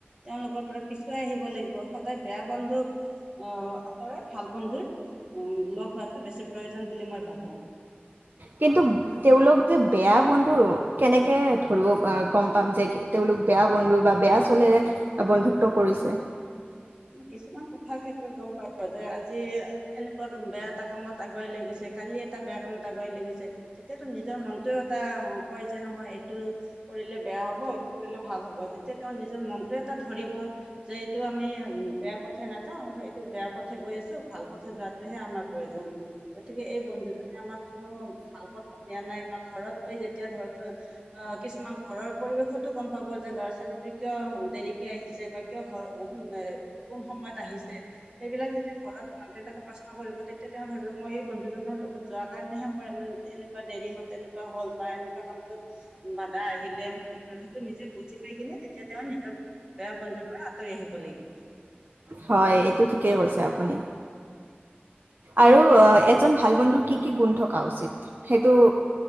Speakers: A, on the right; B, on the right.
A: তেওঁলোকৰ পৰা পিছুৱাই আহিব লাগিব। স সদাই বেয়া বন্ধুক অহ আঁতৰেই ভাল বন্ধুৰ উম লগ হৱাটো বেছি প্ৰয়োজন বুলি মই ভাবো।
B: কিন্তু তেওঁলোক যে বেয়া বন্ধু কেনেকে ধৰিব আ গম পাম যে তেওঁলোক বেয়া বন্ধু বা বেয়া চলেৰে বন্ধুত্ব কৰিছে।
A: কিছুমান কথাৰ ক্ষেত্ৰত গম পাই যে আজি যি এনেকুৱাকে বেয়া এটা কামত আগুৱাই লৈ গৈছে, কালি এটা বেয়া কামত আগুৱাই লৈ গৈছে। তেতিয়াতো নিজৰ মনটোয়েও কয় যে নহয় এইটো কৰিলে বেয়া হব এইটো কৰিলে ভাল হব যেতিয়া তেওঁ নিজৰ মনটোৱ এটা ধৰিব যে এইটো আমি বেয়া পথে নাযাওঁ <unintelligible> এইটো বেয়া পথে গৈ আছো ভাল পথে যোৱাটোহে আমাৰ প্ৰয়োজন। গতিকে এই বন্ধুজনে আমাক কোনো ভাল পথ দিয়া নাই বা ঘৰত গৈ যেতি এতিয়া ধৰক য কিছুমান ঘৰৰ পৰিৱেশতো গম পাব যে ল'ৰা ছ ছোৱালীটোয়ে কিয় দেৰিকে আহিছে বা কিয় ঘৰ <unintelligible> কোন সময়ত আহিছে সেইবিলাক যেতিয়া ঘৰত মাক দেউতাকে প্ৰশ্ন কৰিব তেতিয়া তেওঁ ভাবিব মই এই বন্ধুজনৰ লগত যোৱা যোৱা কাৰণেহে মোৰ ই এনেকুৱা দেৰি হল তেনেকুৱা হ'ল বা এনেকুৱা কামটোত বাধা আহিলে <unintelligible> সেইটো নিজে বুজি খাই কিনে তেতিয়া তেওঁ নিজৰ বেয়া বন্ধুৰ পৰা আঁতৰি আহিব লাগিব।
B: হয়। এইটো ঠিকেই কৈছে আপুনি আৰু এজন ভাল বন্ধুৰ কি কি গুণ থকা উচিত সেইটো